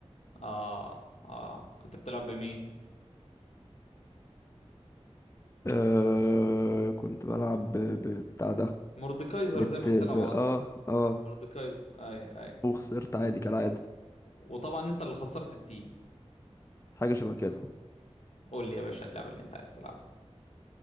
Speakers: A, on the left (about 75°); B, on the left (about 25°).
A: آه آه كنت بتلعب بمين
B: آه كنت بلعب ب- ب- بتاع ده
A: مورديكايزر
B: بت
A: زي ما بتلعب
B: ب اه
A: على طول
B: اه
A: مورديكايزر أي أي
B: وخسرت عادي كالعادة
A: وطبعا أنت اللي خسرت التيم
B: حاجة شبه كده
A: قول لي يا باشا اللعبة اللي أنت عايز تلعبها